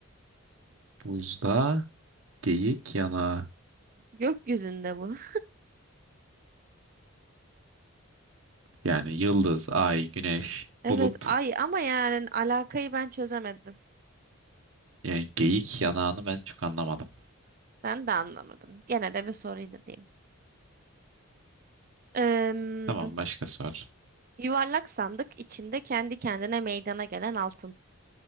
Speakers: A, on the right; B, on the right.
A: Buzda geyik yanağı.
B: Gökyüzünde bu. <laughs>
A: Yani yıldız, ay, güneş,
B: Evet
A: bulut.
B: ay ama yani alakayı ben çözemedim.
A: Yani geyik yanağını ben çok anlamadım.
B: Ben de anlamadım. Gene de bir soruydu diyeyim. Em,
A: Tamam başka sor.
B: yuvarlak sandık içinde kendi kendine meydana gelen altın